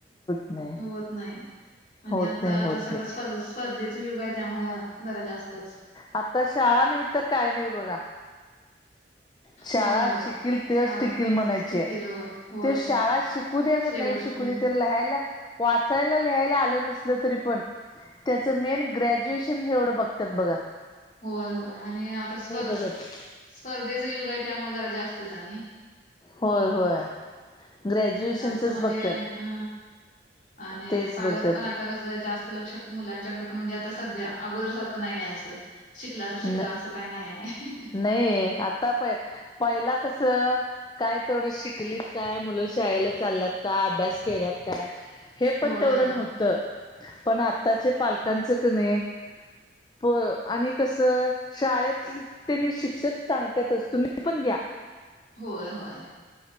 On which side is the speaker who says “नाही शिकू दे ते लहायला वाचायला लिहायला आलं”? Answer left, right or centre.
Left